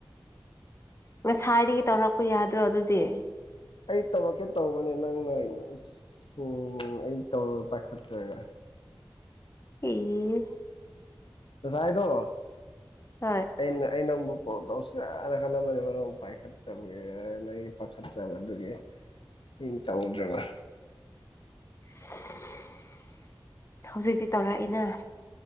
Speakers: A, on the left (about 35°); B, on the left (about 80°).
A: ꯉꯁꯥꯏꯗꯒꯤ ꯇꯧꯔꯛꯄ ꯌꯥꯗ꯭ꯔꯣ ꯑꯗꯨꯗꯤ
B: ꯑꯩ ꯇꯧꯔꯛꯀꯦ ꯇꯧꯕꯅꯦ ꯅꯪꯅ <unintelligible> ꯑꯩ ꯇꯧꯔꯒ ꯄꯥꯏꯈꯠꯇ꯭ꯔꯒ
A: ꯏꯍ
B: ꯉꯁꯥꯏꯗꯣ
A: ꯍꯣꯏ
B: ꯑꯩꯅ ꯑꯩ ꯅꯪꯕꯨ ꯀꯣꯜ ꯇꯧꯁꯤꯔꯥꯅ ꯈꯜꯂꯝꯕꯅꯦ ꯅꯪ ꯑꯃꯨꯛ ꯄꯥꯏꯈꯠ__ ꯇꯕꯤꯔꯣꯏ ꯅ ꯑꯩ ꯄꯥꯈꯠꯆꯕ ꯑꯗꯨꯒꯤ ꯗꯨꯝ ꯇꯧꯗ꯭ꯔꯕ
A: <unintelligible> ꯍꯧꯖꯤꯛꯇꯤ ꯇꯧꯔꯛꯏꯅ